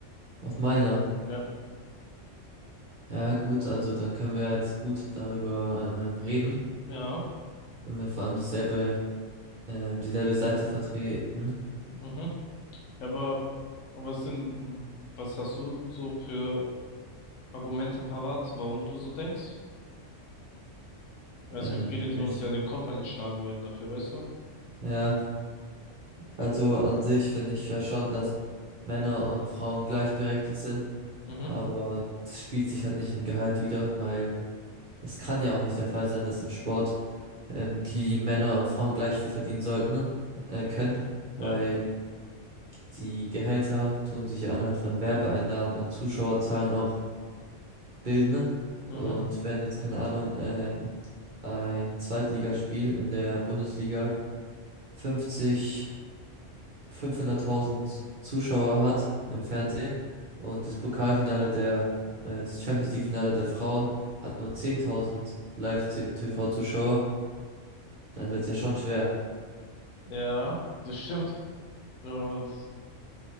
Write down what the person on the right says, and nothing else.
Auf meiner.
Ja, gut, also dann können wir jetzt gut darüber ähm, reden,
wenn wir vor allem dasselbe, ähm, dieselbe Seite vertreten.
Ähm,
ja,
ich,
ja, also an sich finde ich ja schon, dass Männer und Frauen gleichberechtigt sind,
aber das spielt sich halt nicht im Gehalt wider, weil es kann ja auch nicht der Fall sein, dass im Sport ähm, die Männer und Frauen gleich viel verdienen sollten, äh, können,
weil die Gehälter tun sich ja anhand von Werbeeinnahmen und Zuschauerzahlen auch. bilden. ne?
Und wenn jetzt, keine Ahnung, ähm, ein Zweitligaspiel in der Bundesliga 50, 500.000 Zuschauer hat im Fernsehen und das Pokalfinale der, äh, das Champions League-Finale der Frauen hat nur 10.000 Live-TV-Zuschauer, dann wird's ja schon schwer.